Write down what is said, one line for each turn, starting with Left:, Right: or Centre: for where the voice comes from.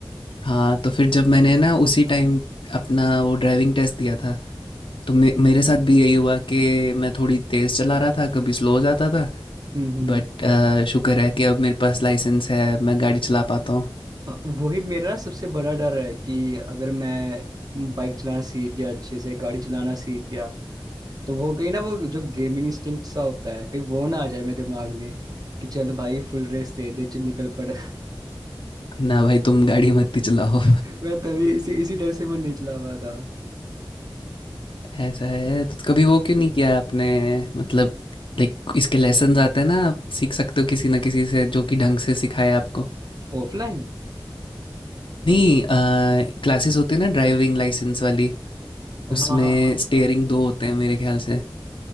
Left: हाँ तो फिर जब मैंने ना उसी टाइम अपना वो ड्राइविंग टेस्ट दिया था तो मे मेरे साथ भी यही हुआ कि मैं थोड़ी तेज़ चला रहा था कभी स्लो हो जाता था
Right: <laughs> हम्म हम्म।
Left: बट शुक्र है कि अब मेरे पास लाइसेंस है मैं गाड़ी चला पाता हूँ
Right: अ, वही मेरा सबसे बड़ा डर है कि अगर मैं बाइक चलाना सीख गया अच्छे से गाड़ी चलाना सीख गया तो वो कहीं ना वो जो गेमिंग इंस्टिंक्ट सा होता है कहीं वो ना आ जाए मेरे दिमाग में कि चल भाई फुल रेस दे दे चल निकल पड़
Left: ना भाई तुम गाड़ी मत नहीं चलाओ
Right: <laughs> मैं तभी इसी इसी डर से मैं नहीं चला पाया था
Left: <laughs> ऐसा है तो कभी वो क्यों नहीं किया आपने मतलब लाइक इसके लेसन आते हैं ना आप सीख सकते हो किसी ना किसी से जो कि ढंग से सिखाए आपको
Right: ऑफलाइन
Left: नहीं क्लासेस होती है ना ड्राइविंग लाइसेंस वाली
Right: हाँ
Left: उसमें
Right: हाँ हाँ
Left: स्टेयरिंग
Right: हाँ।
Left: दो होते हैं मेरे ख्याल से